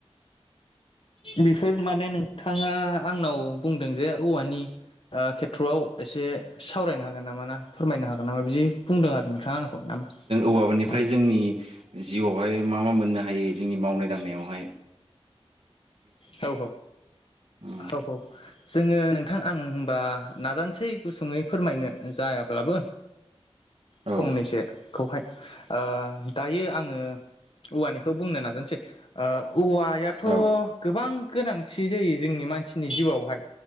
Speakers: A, on the left; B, on the right.
A: बेफोर माने नोंथाङा आंनाव बुंदों जे औवानि ओ खे थ्र'आव एसे सावरायनो हागोन नामा ना फोरमायनो हागोन नामा बिदि बुंदों आरो नोंथाङा आंखौ नामा?
B: हौवाबानिफ्राय
A: अ
B: जोंनि जिउआवहाय मा मा मोननो हायो जोंनि मावनाय दांनायाव माय
A: औ औ
B: उम
A: हौ हौ जोङो नोंथां आं होमबा नाजानोसै गुसुङै फोरमायनो जायाब्लाबो। फंनैसोखौहाय
B: औ
A: ओ दायो आङो औवानिखौ बुंनो नाजसै ओ औवायाथ'
B: औ
A: गोबां गोनांथि जायो जोंनि मानसिनि जिउआवहाय।